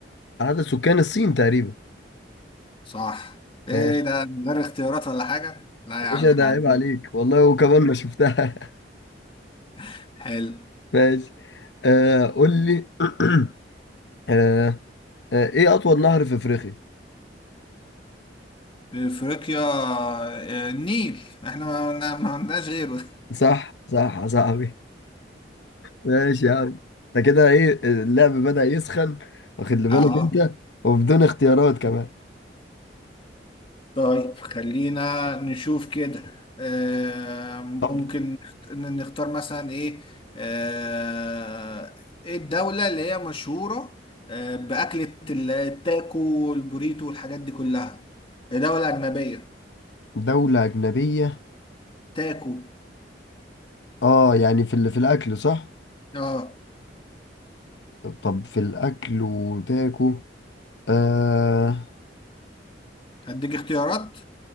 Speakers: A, on the left (about 70°); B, on the left (about 30°).
A: عدد سكان الصين تقريبا
B: صح إيه
A: ماشي
B: ده من غير اختيارات ولا حاجة؟ لا
A: يا
B: يا
A: باشا
B: عم إحنا
A: ده عيب
B: عندنا
A: عليك والله وكمان ما شفتها <laughs>
B: <laughs> حلو
A: ماشي آه قول لي <clears throat> آه آه ايه أطول نهر في أفريقيا؟
B: أفريقيا آه، النيل إحنا ما ما- ما عندناش غيره
A: صح صح يا صاحبي ماشي يا عم انت كده ايه اللعب بدأ يسخن واخد
B: <laughs>
A: لي بالك
B: آه
A: انت وبدون اختيارات كمان
B: طيب خلينا نشوف كده آه ممكن
A: طب
B: نخت- نختار مثلا ايه آه ايه الدولة اللي هي مشهورة آه بأكلة ال- التاكو والبوريتو والحاجات دي كلها هي دولة أجنبية
A: دولة أجنبية
B: تاكو
A: اه يعني في ال- في الأكل صح؟
B: اه
A: طب في الأكل وتاكو آه
B: هديك اختيارات